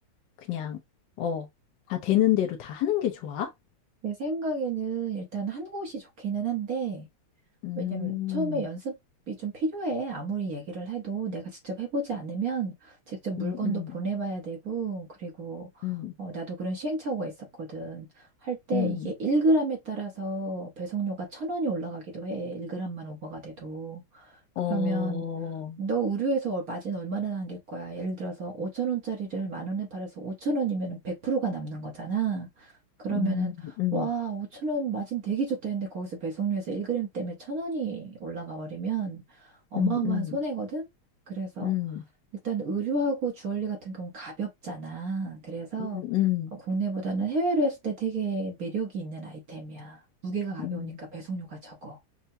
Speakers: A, on the left; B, on the right.
A: 그냥, 어, 다 되는 대로 다 하는 게 좋아?
B: 내 생각에는 일단 한 곳이 좋기는 한데,
A: 음,
B: 왜냐면 처음에 연습이 좀 필요해. 아무리 얘기를 해도 내가 직접 해보지 않으면 직접 물건도
A: 음, 음,
B: 보내봐야 되고, 그리고
A: 음,
B: 어, 나도 그런 시행착오가 있었거든. 할 때
A: 음,
B: 이게 1g에 따라서 배송료가 천 원이 올라가기도 해. 1g만 오버가 돼도.
A: 어,
B: 그러면
A: 음,
B: 너 의류에서 얼- 마진 얼마나 남길 거야? 예를 들어서 5천 원짜리를 만 원에 팔아서 5천 원이면 100%가 남는 거잖아. 그러면은
A: 음,
B: 와, 5천 원 마진 되게 좋다 했는데 거기서 배송료에서 1g 때문에 1천 원이 올라가 버리면 어마어마한
A: 음, 음,
B: 손해거든. 그래서
A: 음,
B: 일단 의류하고 주얼리 같은 경우는 가볍잖아. 그래서
A: 음, 음,
B: 어, 국내보다는 해외로 했을 때 되게 매력이 있는 아이템이야. 무게가 가벼우니까
A: 음.
B: 배송료가 적어.